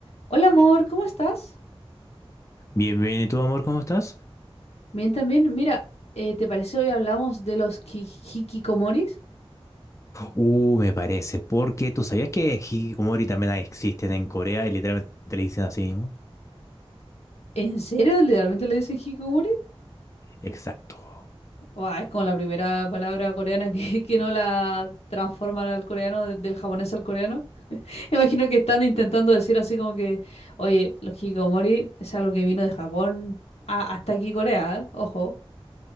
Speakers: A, on the left; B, on the left.
A: Hola amor, ¿cómo estás?
B: Bien, bien, ¿y tú, amor, cómo estás?
A: Bien, también, mira, eh, ¿te parece hoy hablamos de los hi- hikikomoris?
B: Uh, me parece, porque tú sabías que hikikomori también hay- existen en Corea y literalmente le dicen así mismo.
A: ¿En serio? ¿Literalmente le dicen hikikomori?
B: Exacto.
A: Buah, es como la primera palabra coreana que, <laughs> que no la transforman al coreano, de- del japonés al coreano. <laughs> Imagino que están intentando decir así como que, oye, los hikikomori es algo que vino de Japón a- hasta aquí Corea, ¿eh? Ojo.